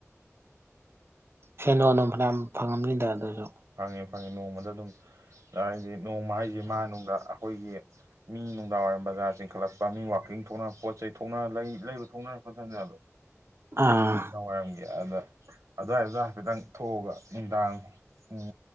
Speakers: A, on the right (about 50°); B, on the right (about 80°).
A: ꯁꯦꯟ ꯂꯣꯟ ꯑꯗꯨꯅꯨꯡ ꯐꯅꯌꯥꯝ ꯐꯪꯉꯝꯅꯤꯗ ꯑꯗꯨꯁꯨ
B: ꯐꯪꯉꯦ ꯐꯪꯉꯦ ꯅꯣꯡꯃꯗ ꯑꯗꯨꯝ ꯍꯥꯏꯗꯤ ꯅꯣꯡꯃ ꯍꯥꯏꯁꯦ ꯃꯥꯅꯨꯡ ꯑꯩꯈꯣꯏꯒꯤ ꯃꯤ ꯅꯨꯡꯗꯥꯡꯋꯥꯏꯔꯝ ꯕꯖꯥꯔ ꯆꯤꯡꯈꯠꯂꯛꯄ ꯃꯤ ꯋꯥꯛꯀꯤꯡ ꯊꯣꯛꯅ ꯄꯣꯠ ꯆꯩ ꯊꯣꯛꯅ ꯂꯩ ꯂꯩꯕ ꯊꯣꯛꯅꯔꯛꯄꯖꯟꯖꯗꯣ
A: ꯑꯥ
B: ꯅꯨꯡꯡ ꯋꯥꯏꯔꯝꯒꯦ ꯑꯗ ꯑꯗꯨꯋꯥꯏꯗꯨꯗ ꯍꯥꯏꯐꯦꯠꯇꯪ ꯊꯣꯛꯑꯒ ꯅꯨꯡꯗꯥꯡ ꯄꯨꯡ